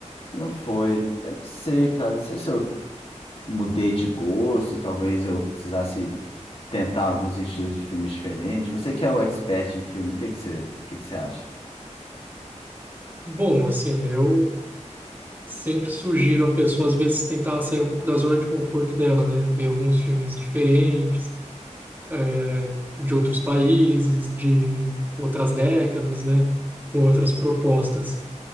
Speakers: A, on the left; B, on the right.
A: e não foi. Eu não sei, cara. Não sei se eu mudei de gosto, e talvez eu precisasse tentar alguns estilos de filmes diferentes. Você que é o expert de filme, o que que você, o que que você acha?
B: Bom, assim, eu sempre sugiro a pessoa, às vezes, tentar sair um pouco da zona de conforto dela, né? Ver alguns filmes diferentes, é, de outros países, de outras décadas, né? Com outras propostas.